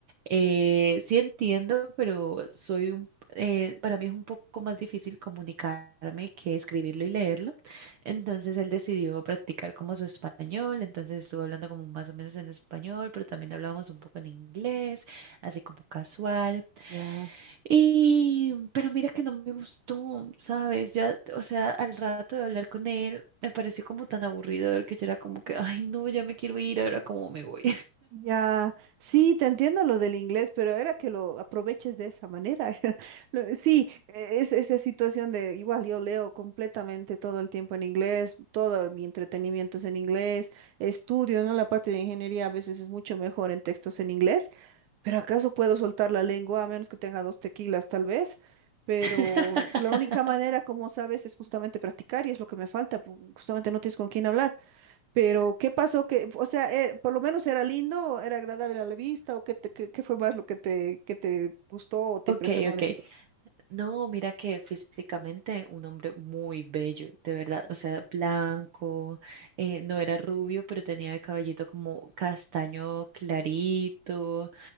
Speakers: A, on the right (about 60°); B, on the right (about 80°).
A: eh, sí entiendo, pero soy un, eh, para mí es un poco más difícil comunicarme que escribirlo y leerlo. Entonces él decidió practicar como su español. Entonces estuve hablando como más o menos en español, pero también hablábamos un poco en inglés, así como casual.
B: ya.
A: Y, pero mira que no me gustó, ¿sabes? Ya, o sea, al rato de hablar con él, me pareció como tan aburridor que yo era como que, ay, no, ya me quiero ir, ahora cómo me voy.
B: Ya, sí, te entiendo lo del inglés, pero era que lo aproveches de esa manera. <laughs> Lo- Sí, e- es esa situación de igual yo leo completamente todo el tiempo en inglés, todo mi entretenimiento es en inglés, estudio, ¿no? La parte de ingeniería a veces es mucho mejor en textos en inglés, pero ¿acaso puedo soltar la lengua a menos que tenga dos tequilas tal vez? Pero
A: <laughs>
B: la única manera, como sabes, es justamente practicar y es lo que me falta, pu- justamente no tienes con quién hablar. Pero, ¿qué pasó? Que, o sea, eh, por lo menos era lindo, era agradable a la vista, o qué, te- qué, qué fue más lo que te, que te gustó o te
A: Ok,
B: impresionó
A: ok.
B: de él.
A: No, mira que físicamente un hombre muy bello, de verdad. O sea, blanco, eh, no era rubio, pero tenía el cabellito como castaño clarito.